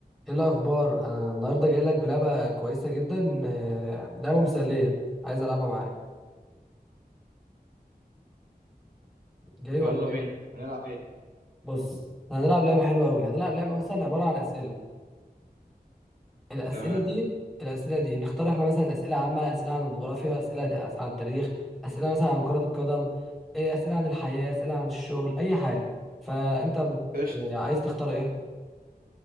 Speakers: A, in the centre; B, on the right.
A: ايه الاخبار انا النهارده جاي لك بلعبه كويسه جدا آه، لعبه مسليه عايز العبها معاك جاي
B: يلا
A: ولا ايه
B: بينا هنلعب ايه
A: بص احنا هنلعب لعبه حلوه قوي هنلعب لعبه مثلا عباره عن اسئله الاسئله
B: تمام
A: دي الاسئله دي نختار احنا مثلا اسئله عامه اسئله عن الجغرافيا اسئله عن التاريخ اسئله مثلا عن كره القدم إيه، اسئله عن الحياه اسئله عن الشغل اي حاجه فانت بت...
B: قشط
A: عايز تختار ايه